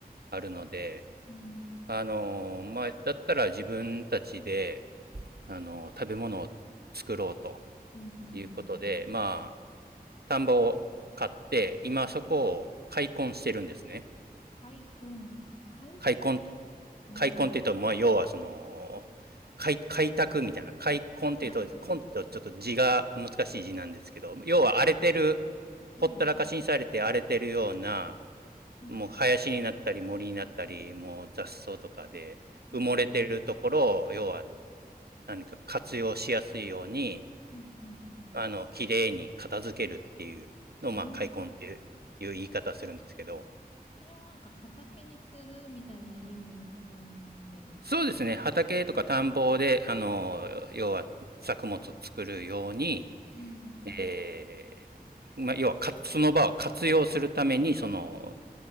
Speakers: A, on the right; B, on the left.
A: あるので、
B: うん、
A: あの、まあ、だったら自分たちで、あの、食べ物を作ろうと
B: うん、うん、
A: いうことで、
B: うん。
A: まあ、田んぼを買って、今そこを開墾してるんですね。
B: 開墾。開墾
A: 開墾っ
B: うん。
A: 開墾っていうと、まあ、要はその、開、開拓みたいな。開墾っていうと、
B: <laughs>
A: 墾っていうとちょっと字が難しい字なんですけど、要は荒れてる、
B: はい。
A: ほったらかしにされて荒れてるような、
B: うん。
A: もう林になったり森になったり、もう雑草とかで埋もれてるところを、
B: はい。
A: 要は何か活用しやすいように、
B: うん、うん、うん。
A: あの、綺麗に片付けるっていうのを、
B: うん
A: まあ、開墾っていう言い方するんですけど、
B: それはなんか畑にするみたいな意味も含んでるん
A: そうですね。畑とか田んぼで、
B: ですかね。
A: あの、要は作物を作るように、
B: うん、
A: えーまあ、要はか、その場を活用するために、その、